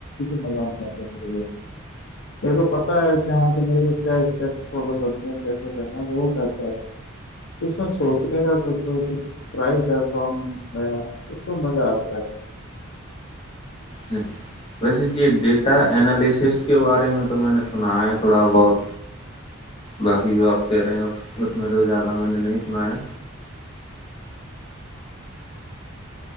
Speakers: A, on the left; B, on the left.
A: م میر میر تو پتا ہے کہاں سے مے کیا اسٹی فالو کر سے کہنا وہ کہتا ہے اس میں سوچنے کا کچھ اور کچھ ٹرائی کرتا گیا اس مزہ آتا ہے
B: <unintelligible> ویسے جی ڈیٹا انینالسس کے بارے میں تو میں نے سنا ہے تھوڑا بہت باقی جو آپ کہہ رہے ہیں اس اس میں تو زیادہ میں نے نہیں سنا ہے